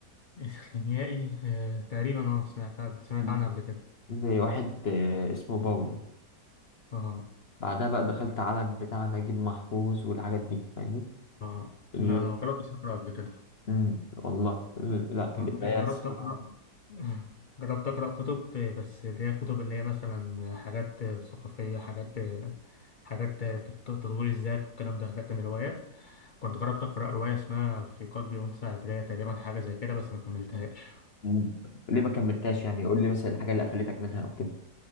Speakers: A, on the left (about 85°); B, on the left (about 50°).
A: إسلاميائي آه. تقريبا اه سمعت قبل- سمعت
B: مم.
A: عنها قبل كده
B: لواحد آه، اسمه باولو
A: اه
B: بعدها بقى دخلت عالم بتاع نجيب محفوظ والحاجات دي فاهمني
A: اه
B: ال...
A: لا أنا ما جربتش أقرأ قبل كده
B: مم، والله ال... لا
A: آه،
B: القراية
A: جربت
B: الصراحة
A: أقرأ آه، جربت أقرأ كتب آه، بس اللي هي كتب اللي هي مثلا حاجات آه، ثقافية حاجات آه، حاجات آه، بتطور الذات والكلام ده لكن روايات كنت جربت أقرأ رواية اسمها في قلبي أنثى عبرية تقريبا حاجة زي كده بس ما كملتهاش
B: مم. ليه ما كملتهاش يعني قول لي مثلا الحاجة اللي قفلتك منها أو كده